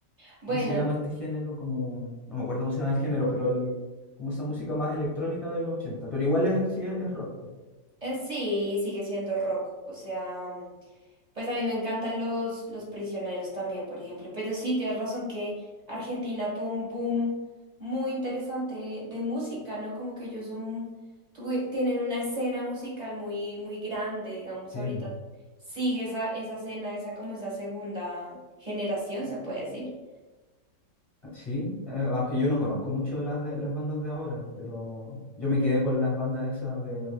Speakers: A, on the right (about 25°); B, on the left (about 20°).
A: Bueno,
B: ¿cómo se llama este género? Como, no me acuerdo cómo se llama el género, pero el, como esa música más electrónica de los 80, pero igual es, sí es, es rock.
A: Eh, sí, sigue siendo rock. O sea, pues a mí me encantan los, los prisioneros también, por ejemplo. Pero sí, tienes razón que Argentina tuvo un boom muy interesante de música, ¿no? Como que ellos son, tuve- tienen una escena musical muy, muy grande, digamos,
B: Sí,
A: ahorita
B: mm,
A: sigue esa, esa escena, esa como esa segunda generación, se puede decir.
B: sí, eh, aunque yo no conozco mucho las, de, las bandas de ahora, pero yo me quedé con las bandas esas de